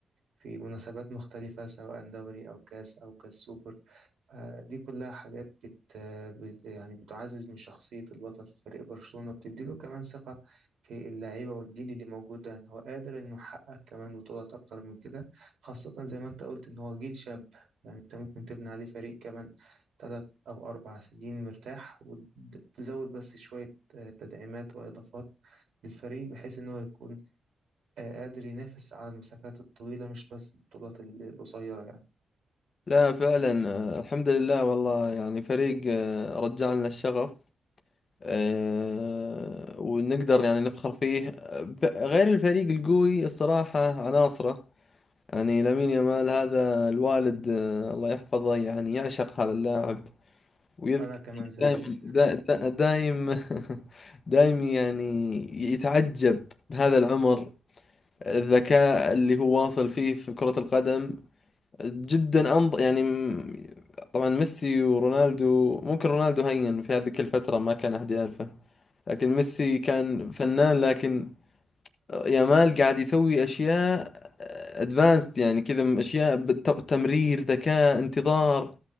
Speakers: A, on the right (about 75°); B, on the left (about 55°).
A: في مناسبات مختلفة سواء دوري أو كاس أو كاس سوبر آه، دي كلها حاجات بت... بت يعني بتعزز من شخصية البطل في فريق برشلونة وبتديله كمان ثقة في اللعيبة والجيل اللي موجود ده إن هو قادر إنه يحقق كمان بطولات أكتر من كده خاصة زي ما أنت قلت إن هو جيل شاب يعني أنت ممكن تبني عليه فريق كمان تلات أو أربع سنين مرتاح وتزود بس شوية آه، تدعيمات وإضافات للفريق بحيث إن هو يكون آه، قادر ينافس على المسافات الطويلة مش بس البطولات القصيرة يعني
B: لا فعلا آه، الحمد لله والله يعني فريق آه، رجع لنا الشغف آه، ونقدر يعني نفخر فيه ب- غير الفريق القوي الصراحة عناصره يعني لامين يامال هذا الوالد آه، الله يحفظه يعني يعشق هذا اللاعب ويذكر
A: أنا كمان زي
B: دايم
A: الولد
B: دا- دا- دايم <laughs> دايم يعني يتعجب بهذا العمر الذكاء اللي هو واصل فيه في كرة القدم جدا أنض يعني م- طبعا ميسي ورونالدو ممكن رونالدو هين في هذيك الفترة ما كان أحد يعرفه لكن ميسي كان فنان لكن يامال قاعد يسوي أشياء ادفانسد يعني كذا أشياء بالتمرير ذكاء انتظار